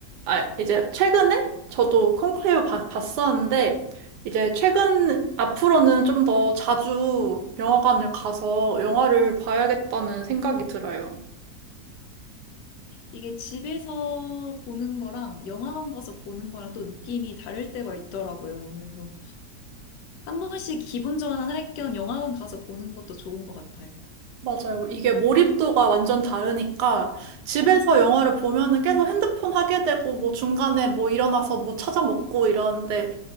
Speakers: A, on the right (about 75°); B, on the left (about 80°).
A: 아, 이제 최근에 저도 콘클레이브 바- 봤었는데, 이제 최근, 앞으로는 좀 더 자주 영화관을 가서 영화를 봐야겠다는 생각이 들어요.
B: 이게 집에서 보는 거랑 영화관 가서 보는 거랑 또 느낌이 다를 때가 있더라고요. 그래서 한 번씩 기분 전환할 겸 영화관 가서 보는 것도 좋은 것 같아요.
A: 맞아요. 이게 몰입도가 완전 다르니까 집에서 영화를 보면은 계속 핸드폰 하게 되고 뭐 중간에 뭐 일어나서 뭐 찾아 먹고 이러는데